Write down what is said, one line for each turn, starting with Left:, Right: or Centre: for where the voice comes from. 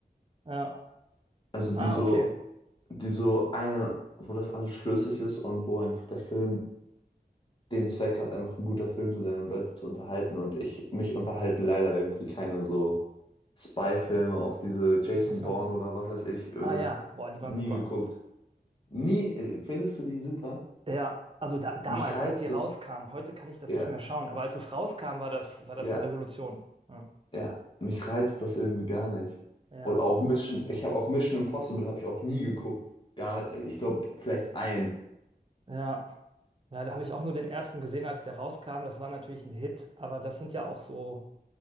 Right: Ja.
Left: Also die
Right: Ah,
Left: so,
Right: okay.
Left: die so eine, wo das alles schlüssig ist und wo einfach der Film den Zweck hat, einfach ein guter Film zu sein und Leute zu unterhalten. Und ich, mich unterhalten leider irgendwie keine so Spy-Filme, auch diese Jason
Right: Interessant.
Left: Bourne oder was weiß ich, äh,
Right: Ah, ja. Boah, die
Left: nie
Right: waren super.
Left: geguckt. Nie, äh, findest du die super?
Right: Ja, also da, damals,
Left: Mich reizt
Right: als die rauskamen,
Left: das,
Right: heute kann ich das
Left: ja,
Right: nicht mehr schauen, aber als es rauskam, war das, war das
Left: ja,
Right: eine Revolution. Ja.
Left: ja, mich reizt das irgendwie gar nicht.
Right: Ja.
Left: Und auch Mission, ich habe auch Mission Impossible habe ich auch nie geguckt. Gar, äh, ich glaube, vielleicht ein.
Right: Ja, ja da habe ich auch nur den ersten gesehen, als der rauskam. Das war natürlich ein Hit, aber das sind ja auch so.